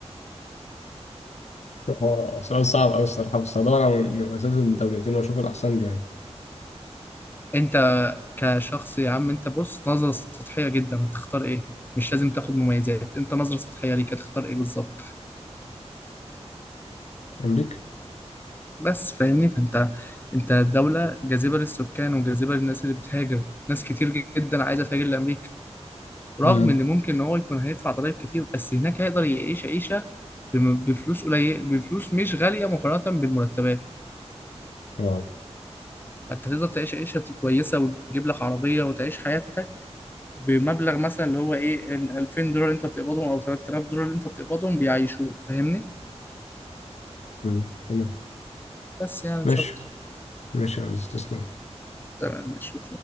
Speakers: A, on the left; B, on the left.
A: هو سؤال صعب أوي الصراحة بس هدور على مميزات الدولتين وأشوف الأحسن لي يعني
B: انت كشخص يا عم انت بص نظره سطحيه جدا هتختار ايه مش لازم تاخد مميزات انت نظره سطحيه ليك هتختار ايه بالظبط
A: أمريكا
B: بس فاهمني فانت انت دوله جاذبه للسكان وجاذبه للناس اللي بتهاجر ناس كتير جدا عايزه تهاجر لامريكا رغم
A: امم
B: ان ممكن ان هو يكون هيدفع ضرايب كتير بس هناك هيقدر يعيش عيشه بم- بفلوس قليل بفلوس مش غاليه مقارنه بالمرتبات
A: اه
B: فانت تقدر تعيش عيشه كويسه وتجيب لك عربيه وتعيش حياتك بمبلغ مثلا اللي هو ايه ال 2000 دولار اللي انت بتقبضهم او 3000 دولار اللي انت بتقبضهم بيعيشوك فاهمني
A: امم تمام
B: بس يعني
A: ماشي
B: مش اكتر
A: ماشي يا هندسة تسلم
B: تمام ماشي